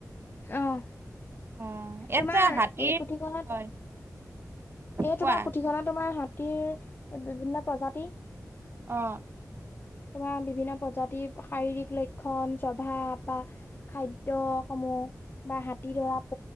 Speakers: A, on the left; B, on the right.
A: আহ
B: অ', ইয়াত
A: তোমাৰ
B: যে হাতীৰ
A: এই পুথিখনত
B: হয়,
A: এ
B: কোৱা।
A: তোমাৰ পুথিখনত তোমাৰ হাতীৰ বিভিন্ন প্ৰজাতি
B: অ।
A: তোমাৰ বিভিন্ন প্ৰজাতিৰ শাৰীৰিক লক্ষণ, স্বভাৱ বা খাদ্য সমূহ বা হাতী ধৰা